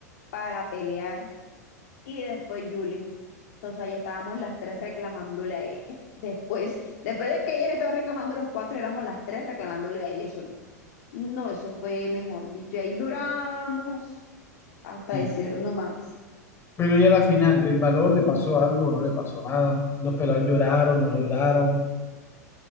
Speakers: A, on the left; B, on the left.
A: para pelear y después Julie. Entonces ahí estábamos las tres reclamándole a ella. Después, después de que ella le estaba reclamando los cuatro, éramos las tres reclamándole a ella solita. No, eso fue mejor dicho. Ahí duramos hasta
B: Sí.
A: decir no más.
B: Pero ya a la final, el balón le pasó algo, no le pasó nada. Los pelados lloraron, no lloraron.